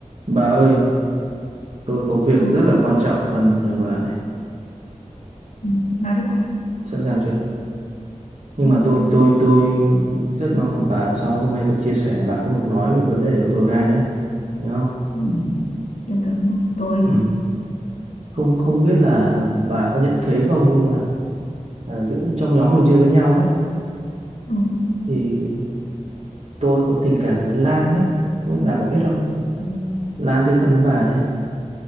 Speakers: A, on the right (about 55°); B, on the left (about 75°).
A: Bà ơi, tôi có việc
B: ừ,
A: rất là quan trọng cần nhờ bà này.
B: ừ, nói đi bạn ấy.
A: Sẵn sàng chưa? Nhưng
B: ừ,
A: mà tôi tôi tôi rất mong là bà sau hôm nay tôi chia sẻ là bà không được nói về vấn đề của tôi với ai nhé. Nhớ không?
B: Ừ. yên tưởng không? tôi
A: Ừ.
B: thì-
A: Không không biết là bà có nhận thấy không nhưng mà à, giữa trong nhóm mình chơi với nhau ấy
B: ừ,
A: thì tôi có tình cảm với Lan ấy. Không biết bà có biết không?
B: Ừ.
A: Lan chơi thân với bà đấy.